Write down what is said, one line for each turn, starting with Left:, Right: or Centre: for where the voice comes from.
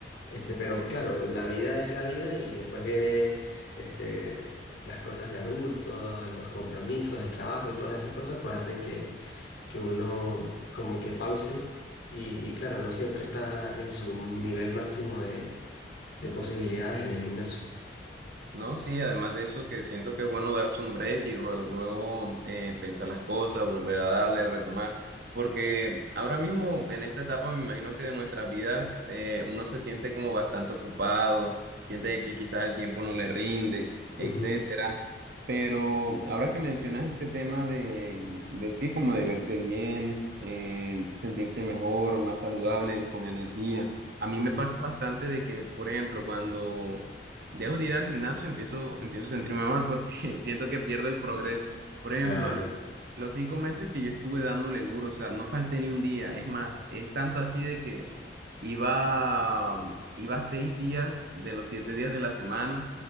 Left: Este, pero claro, la vida es la vida y después viene este, las cosas de adultos, los compromisos, el trabajo y todas esas cosas, pues hacen que, que uno como que pause y, y claro, no siempre está en su nivel máximo de, de posibilidades en el gimnasio.
Right: No, sí, además de eso que siento que es bueno darse un break y rue- luego, eh, pensar las cosas, volver a darle, retomar, porque ahora mismo en esta etapa me imagino que de nuestras vidas eh, uno se siente como bastante ocupado, siente que quizás el tiempo no le rinde, etcétera.
Left: Ujú,
Right: Pero ahora que mencionas ese tema de, de sí, como de verse bien, eh, sentirse mejor, más saludable, con energía. A mí
Left: mm,
Right: me pasa bastante de que, por ejemplo, cuando dejo de ir al gimnasio, empiezo, empiezo a sentirme mal porque <laughs> siento que pierdo el progreso. Por ejemplo,
Left: Claro.
Right: los cinco meses que yo estuve dándole duro, o sea, no falté ni un día. Es más, es tanto así de que iba, mm, iba seis días de los siete días de la semana